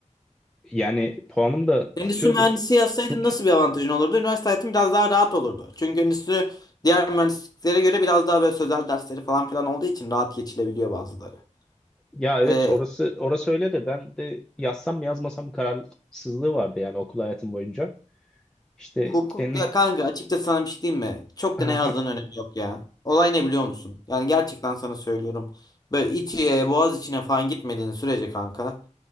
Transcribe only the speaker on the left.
Endüstri
mühendisi yazsaydın
nasıl bir avantajın olurdu? Üniversite hayatım biraz daha rahat olurdu. Çünkü endüstri diğer mühendisliklere göre biraz daha böyle sözel dersleri falan filan olduğu için rahat geçilebiliyor bazıları.
Ee,
Hukuk
ya kanka açıkçası sana bir şey diyeyim mi? Çok
da
ne yazdığının önemi yok ya. Olay ne biliyor musun? Yani gerçekten sana söylüyorum. Böyle İTÜ'ye, Boğaz içine falan gitmediğin sürece kanka.